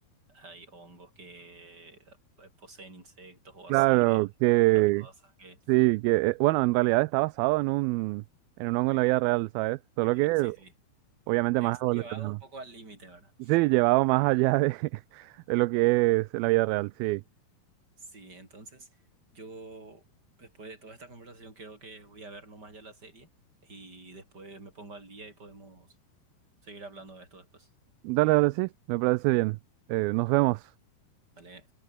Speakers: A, on the right; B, on the right.
A: hay hongos que eh, poseen insectos o
B: Claro,
A: así, ve
B: que,
A: otras cosas que...
B: Sí, que eh, bueno, en realidad está basado en un, en un hongo en la vida real, ¿sabes? Solo
A: Sí,
B: que
A: sí, sí.
B: obviamente
A: He
B: más evolucionado.
A: llevado un poco al límite, ¿verdad?
B: Sí, llevado más allá de, <laughs> de lo que es la vida real, sí.
A: Sí, entonces yo después de toda esta conversación creo que voy a ver nomás ya la serie y después me pongo al día y podemos seguir hablando de esto después.
B: Dale, dale, sí, me parece bien. Eh, nos vemos.
A: ¿Vale?